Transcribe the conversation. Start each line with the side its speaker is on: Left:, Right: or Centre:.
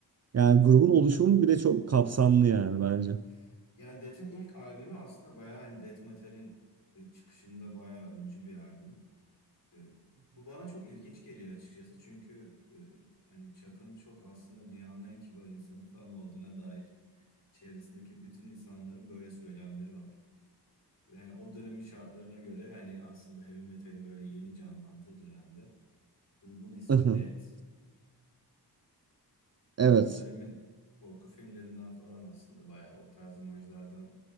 Right: Yani grubun oluşumu bile çok kapsamlı yani bence.
Left: evet. Yani Death'in ilk albümü aslında bayağı hani Death Metal'in e, çıkışında bayağı öncü bir albüm. Ee, bu bana çok ilginç geliyor açıkçası. Çünkü e, hani Chuck'ın çok aslında dünyanın en kibar insanı <laughs> falan olduğuna dair çevresindeki bütün insanların böyle söylemleri var. Yani o dönemin şartlarına göre yani aslında heavy metalin böyle yeni canlandığı dönemde grubun ismi
Right: <laughs>
Left: Death.
Right: Evet.
Left: Yani o dönemin korku filmlerinden falan aslında bayağı o tarz imajlardan